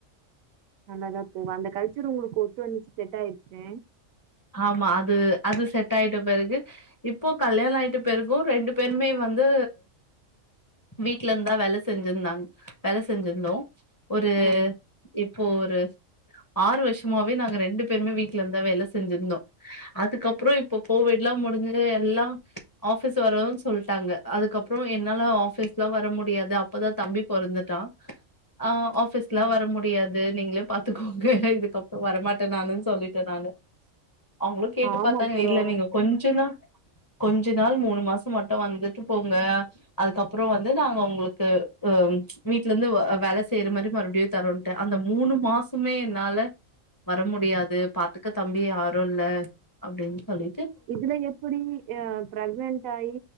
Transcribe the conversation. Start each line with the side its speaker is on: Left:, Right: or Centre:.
Right: நல்லாதா போகும் அந்த கல் சர் உங்களுக்கு ஒத்து வந்துச்சு செட் ஆயிடுச்சு
Left: ஆமா அது அது செட் ஆயிட்ட பருகு இப்போ கல்யாணம் ஆயிட்ட பருக்கும் ரெண்டு பேருமே வந்து வீட்ல இருந்தா வேல செஞ்சிருந்தாங்க வேல செஞ்சிருந்தோம் ஒரு
Right: ஆ
Left: இப்போ ஒரு ஆறு வருஷமாவே நாங்க ரெண்டு பேருமே வீட்டுல இருந்தா வேலை செஞ்சிருந்தோம் அதுக்கப்புறம் இப்ப கோவிட் எல்லாம் முடிஞ்சு எல்லாம் ஆபீஸ் வரதுன்னு சொல்லிட்டாங்க அதுக்கப்புறம் என்னால ஆபீஸ் எல்லாம் வர முடியாது அப்பதா தம்பி பொறந்துடா ஆஹ் ஆபிஸ்லாம்
Right: ம்
Left: வர முடியாது நீங்களே பாத்துக்கோங்க இதுக்கப்புறம் வரமாட்டேன் நானு சொல்லிட்டேன் நானு அவங்களும் கேட்டு
Right: ஆமா
Left: பார்த்தாங்க
Right: அப்புறோ
Left: இல்ல நீங்க கொஞ்ச தா கொஞ்ச நாள் மூணு மாசம் மட்டும் வந்துட்டு போங்க அதுக்கப்புறம் வந்து நாங்க உங்களுக்கு அஹ் வீட்ல இருந்து வேல செய்யற மாதிரி மறுபடியும் தரட்டேன் அந்த மூணு மாசமே என்னால வர முடியாது பாத்துக்க தம்பி யாரும் இல்ல அப்படின்னு சொல்லி
Right: இதுல எப்படி பிரேக்னன்ட் ஆகி